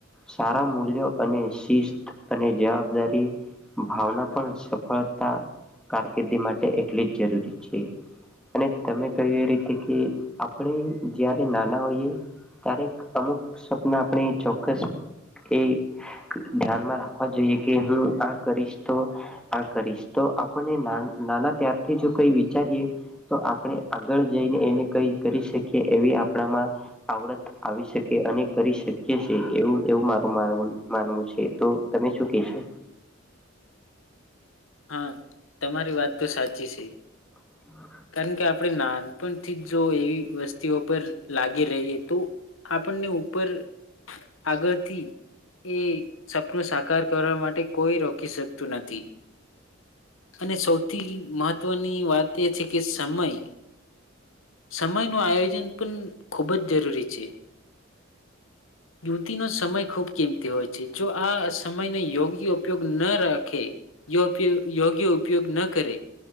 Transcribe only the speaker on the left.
હા તમારી વાત તો સાચી છે.
કારણ કે આપણે નાનપણથી જો એવી <unintelligible> પર લાગી રહીએ તો આપણને ઉપર આગળથી એ સપનું સાકાર કરવા માટે કોઈ રોકી શકતું નથી અને સૌથી મહત્વની વાત એ છે. કે સમય સમય નું આયોજન પણ ખૂબ જ જરૂરી છે, યુવતી ન સમય ખૂબ કિંમતી હોય છે, જો આ સમયનો યોગ્ય ઉપયોગ ન રાખે યોગ્ય ઉપયોગ ન કરે